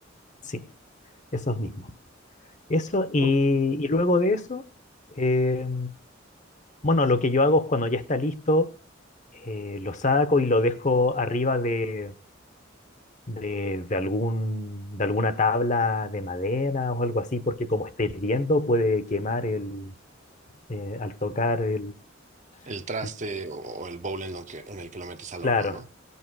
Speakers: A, on the left; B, on the right.
A: sí, esos mismos. Eso, y,
B: Ok.
A: y luego de eso, eh, bueno, lo que yo hago es cuando ya está listo, eh, lo saco y lo dejo arriba de, de, de algún, de alguna tabla de madera o algo así, porque como esté hirviendo puede quemar el, eh, al tocar el,
B: El traste
A: el-
B: o, o el bowl en, lo que, en el que lo metes al
A: Claro,
B: horno, ¿no?